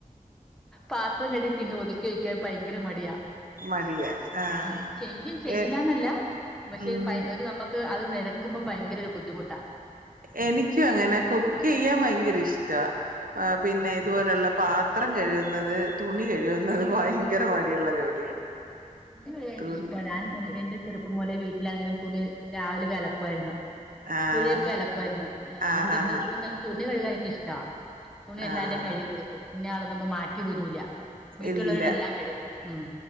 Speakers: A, in the centre; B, on the right.
A: പാത്രം കഴുകി പിന്നെ ഒതു ക്കി വെയ്ക്കാൻ ഭയങ്കര മടിയാ
B: മടിയാ ആഹ്
A: ഉം ചെയ്യും ചെയ്യില്ലന്നെല്ല
B: ഏ
A: പക്ഷെ
B: ഉം
A: ഒരു നമുക്ക് അത് നെരക്കുമ്പോ ഭയങ്കര ഒരു ബുദ്ധിമുട്ടാ
B: എനിക്കും അങ്ങനെ കുക്ക് ചെയ്യാൻ ഭയങ്കര ഇഷ്ടാ ആ പിന്നെ
A: ഉം
B: ഇതുപോലെയുള്ള പാത്രം കഴുകുന്നത് തുണി കഴുകുന്നത് ഭയങ്കര മ മടിയുള്ള ജോലിയാ
A: തുണി കഴുകാൻ എനിക്ക്
B: തുണി
A: ഇഷ്ടാ ഞാൻ <unintelligible> എന്റെ ചെറുപ്പം മുതലെ വീട്ടിലാണെങ്കിലും തുണി രാവിലെ പോയി അലക്കുവായിരുന്നു.
B: ആഹ്
A: പുഴയി പോയി അലക്കുവായിരുന്നു അതുകൊണ്ട്
B: ആഹ്
A: ഇവിടെ
B: ആഹ്
A: തുണി കഴുകാൻ എനിക്ക് ഇഷ്ട തുണി എല്ലാവരുടെയും
B: ആഹ്
A: കഴുകികൊടുക്കും. ഇന്നയാള്ന്ന് പറഞ്ഞു മാറ്റിയിടൊന്നുല്ല വീട്ടിലുള്ളവരുടെ
B: ഇല്ല
A: എല്ലാം കഴുകും ഉം